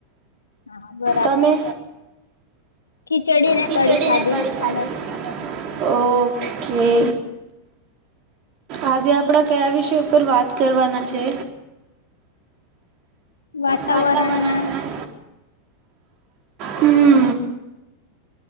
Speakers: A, on the left; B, on the right.
A: હા બરાબર
B: તમે?
A: ખીચડી ને
B: ખીચડીને
A: કડી
B: કડી ખાધી!
A: અમે
B: ઓ ઓકે આજે આપડે કયા વિષય ઉપર વાત કરવાના છે?
A: વાતાવરણના
B: વાતાવરણમાં ને